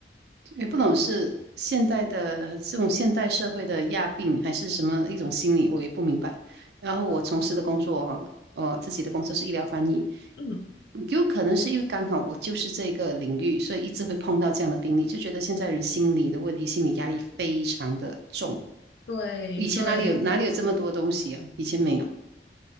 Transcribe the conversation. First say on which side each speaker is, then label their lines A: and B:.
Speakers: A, on the right (about 65°); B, on the left (about 75°).
A: 也不懂是现代的这种现代社会的亚病，还是什么一种心理，我也不明白。然后我从事的工作哈，我自己的工作是医疗翻译，
B: 嗯。
A: 有可能是因为刚好我就是这个领域，所以一直会碰到这样的病例，就觉得现在人心理的问题，心理压力非常的重。
B: 对对
A: 以前哪里有哪里有这么多东西啊？以前没有。